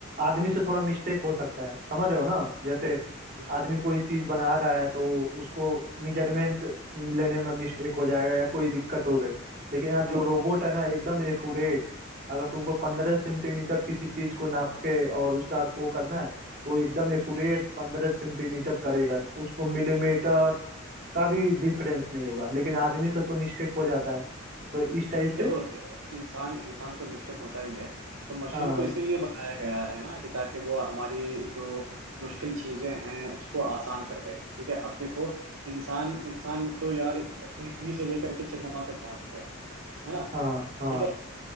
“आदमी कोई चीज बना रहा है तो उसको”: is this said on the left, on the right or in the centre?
Right